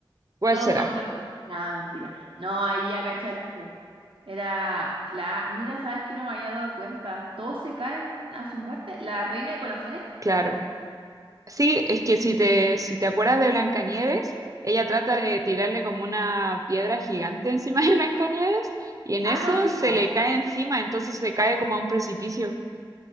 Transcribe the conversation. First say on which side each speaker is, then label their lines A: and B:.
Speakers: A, on the right; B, on the right.
A: ¿Cuál
B: Todos
A: será?
B: son franceses. Nada, mentira. No, ahí ya caché al tiro. Era la... Mira, ¿sabes que No me había dado cuenta. Todos se caen a su muerte. La reina de corazones.
A: Claro. Sí, es que si te, si te acuerdas de Blancanieves, ella trata de tirarle como una piedra gigante encima de Blancanieves y en
B: Ah,
A: eso
B: no, sí,
A: se
B: po.
A: le cae encima, entonces se cae como a un precipicio.